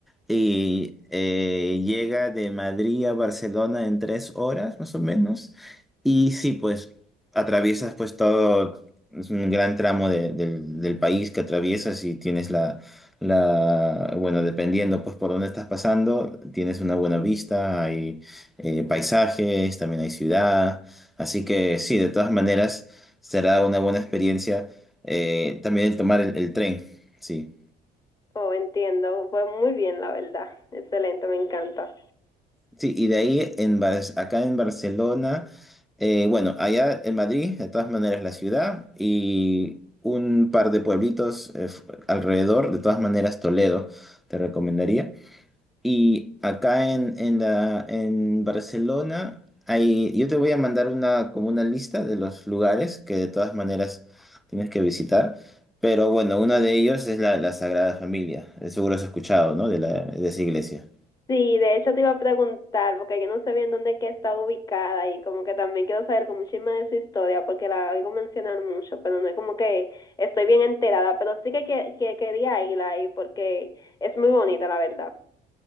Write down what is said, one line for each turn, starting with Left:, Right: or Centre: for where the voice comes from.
Centre: y eh, llega de Madrid a Barcelona en tres horas, más o menos. Y sí, pues atraviesas pues todo, es un gran tramo de- del del país que atraviesas y tienes la, la, bueno, dependiendo pues por dónde estás pasando, tienes una buena vista, hay eh, paisajes, también hay ciudad. Así que sí, de todas maneras será una buena experiencia eh, también el tomar el el tren, sí.
Left: Oh, entiendo. Pues muy bien, la verdad. Excelente, me encanta.
Centre: Sí, y de ahí en Bar- acá en Barcelona, eh, bueno, allá en Madrid, de todas maneras la ciudad y un par de pueblitos eh, f- alrededor, de todas maneras Toledo te recomendaría. Y acá en, en la, en Barcelona, hay, yo te voy a mandar una, como una lista de los lugares que de todas maneras tienes que visitar, pero bueno, uno de ellos es la, la Sagrada Familia, eh, seguro has escuchado, ¿no? De, la, de esa iglesia.
Left: Sí, de hecho te iba a preguntar, porque yo no sé bien dónde es que está ubicada y como que también quiero saber como un chisme de su historia, porque la oigo mencionar mucho, pero no es como que estoy bien enterada, pero sí que, que, que quería ir ahí porque es muy bonita, la verdad.